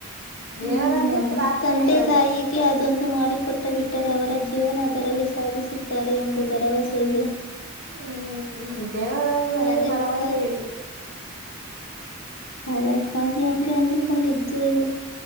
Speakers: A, on the right (about 55°); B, on the left (about 70°).
A: ದೇವರಲ್ಲಿ
B: ಹ್ಮ್ ನನ್ನ
A: ಪ್ರಾರ್ಥನೆ
B: ತಂದೆ
A: ಇರಲಿ
B: ತಾಯಿಗೆ ಅದೊಂದು ಮಾಡಿಕ ಕೊಟ್ಟ ಬಿಟ್ಟರೆ ಅವರ ಜೀವನ ಅದರಲ್ಲಿ ಸಾಗಿಸುತ್ತಾರೆ ಎಂಬ ಭರವಸೆ ಇದೆ
A: ಹ್ಮ್ ದೇವರದಲ್ಲಿ
B: ಅದಕ್ಕಾಗಿ
A: ಭರವಸೆ ಇಡಿ
B: ಅದಕ್ಕಾಗಿ ಹಂಗೆ ಅಂದಕೊಂಡಿದ್ದೇವೆ